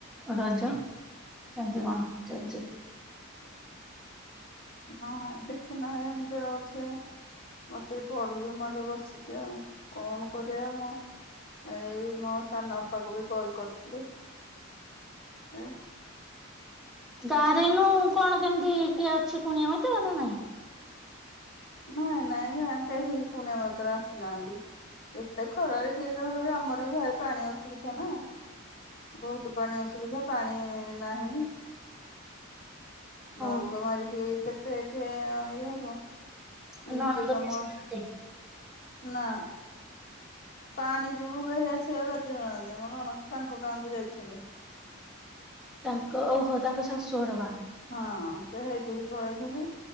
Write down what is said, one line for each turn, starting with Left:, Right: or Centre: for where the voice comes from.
Centre: ରଜ କେମ୍ ତି କଣ ଚାଲିଛି?
Left: ହଁ, ସେ ନାଇଁ ଏମିତି ଯାଉଛେ ବସିକି ପଢୁଛି ମୁଁ ଏଠେ ବସିଛି ଆଉ। କଣ କରିବା ମୋ ଏଇ ମୋ ସାନ ଅପାକୁ ବି କଲ କରିଥିଲି ଏ।
Centre: ଗାଁରେ ନୁହ କଣ କେମିତି କିଏ ଅଛି କୁଣିଆ ମିତ୍ର ନା ନାଇଁ।
Left: ନାଇଁ ନାଇଁ କେହି କୁଣଆ ମାତ୍ର ଆସି ନାହାନ୍ତି। ଏତେ ଖରାରେ କିଏ କା ଆମର ବି ଭାରି ପାଣି ଅସୁବିଧା ନା ବହୁତ୍ ପାଣି ଅସୁବିଧା ପାଣି ନାହିଁ।
Centre: ହଁ
Left: ନଳକ ମାରିକି କେତେ କେ ଇଏ ହବ।
Centre: ଏ
Left: ନିଜେ
Centre: ନଣନ୍ଦ
Left: ତମ
Centre: ବି ସେମିତି।
Left: ନା ପାଣି ଯୋଗୁ କେହି ଆସିବାକୁ ରାଜି ହଉ ନାହାନ୍ତି ମୋ ନଣନ୍ଦ ତାଙ୍କ ଗାଁକୁ ଯାଇଛନ୍ତି।
Centre: ତାଙ୍କ ଓହୋ ତାଙ୍କ ଶାଶୁଘର ଗାଁ।
Left: ହଁ, ସେ ସେଇଠିକି ପଳେଇଛନ୍ତି।